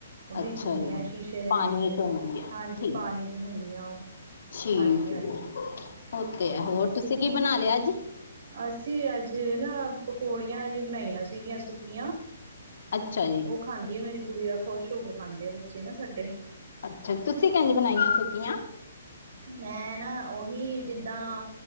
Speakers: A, on the right (about 60°); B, on the left (about 65°).
A: ਉਹ ਵਿੱਚ
B: ਅੱਛਾ
A: ਹੁੰਦੀਆਂ,
B: ਜੀ
A: ਸ਼ੀਸ਼ੇ ਦੇ
B: ਪਾਣੀ
A: ਵਿੱਚ।
B: ਚ ਹੁੰਦੀ ਹੈ
A: ਹਾਂਜੀ,
B: ਠੀਕ
A: ਪਾਣੀ ਚ ਹੁੰਦੀਆਂ ਉਹ
B: ਠੀਕ
A: ਹਾਂਜੀ-ਹਾਂਜੀ,
B: ਏ, ਉਹ ਤੇ ਹੈ,
A: ਹਾਂਜੀ।
B: ਹੋਰ ਤੁਸੀਂ ਕੀ ਬਣਾ ਲਿਆ ਅੱਜ?
A: ਅਸੀਂ ਅੱਜ ਨਾਂ ਪਕੌੜੀਆਂ ਅਜੇ ਬਣਾਈਆਂ ਸੀਗੀਆਂ ਸੁੱਕੀਆਂ।
B: ਅੱਛਾ ਜੀ।
A: ਉਹ ਖਾਂਦੀ ਏ ਮੇਰੀ ਗੁੜੀਆਂ, ਖੁਸ਼ ਹੋ ਕੇ ਖਾਂਦੇ ਆ ਬੱਚੇ ਨਾ ਸਾਡੇ।
B: ਅੱਛਾ, ਤੁਸੀਂ ਕਿੰਜ ਬਣਾਈਆਂ ਸੂਕੀਆਂ।
A: ਮੈਂ ਨਾ ਉਹੀ ਜਿੱਦਾਂ